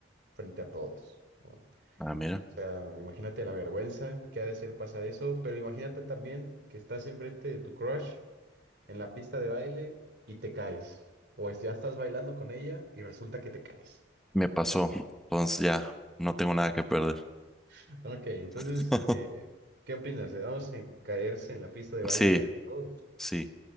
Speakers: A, on the right; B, in the centre.
A: frente a todos, ¿no? O
B: Ah, mira.
A: sea, imagínate la vergüenza que ha de ser pasar eso, pero imagínate también que estás enfrente de tu crush en la pista de baile y te caes. O es- ya estás bailando con ella y resulta que te caes.
B: Me pasó. Entonces ya no tengo nada que perder.
A: <laughs> Ok, entonces,
B: <laughs>
A: eh, ¿qué opinas? ¿Le damos en caerse en la pista de baile
B: Sí,
A: frente a todos?
B: sí.